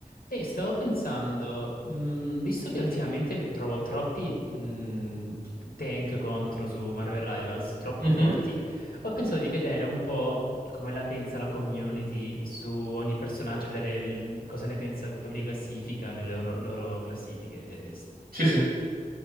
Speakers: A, on the left; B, on the right.
A: Ehi, stavo pensando, mh, visto che ultimamente trovo troppi mh, tank contro su Marvel Rivals, troppo
B: Mhm.
A: forti, ho pensato di vedere un po' come la pensa la community su ogni personaggio, vedere il- cosa ne pensa, dove li classifica nelle loro, loro classifiche, tier list.
B: Sì, sì.